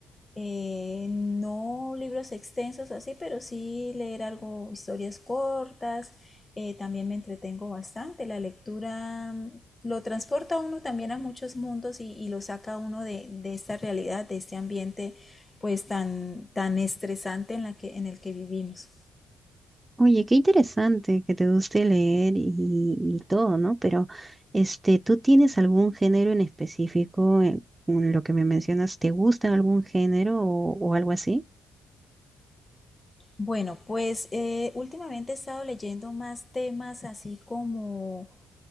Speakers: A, on the left; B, on the right.
A: Eh, no libros extensos así, pero sí leer algo, historias cortas. eh, también me entretengo bastante. La lectura mm, lo transporta a uno también a muchos mundos y, y lo saca a uno de, de esta realidad, de este ambiente pues tan, tan estresante en la que, en el que vivimos.
B: Oye, qué interesante que te guste leer y, y todo, ¿no? Pero, este, ¿tú tienes algún género en específico en, en lo que me mencionas? ¿Te gusta algún género o o algo así?
A: Bueno, pues eh, últimamente he estado leyendo más temas así como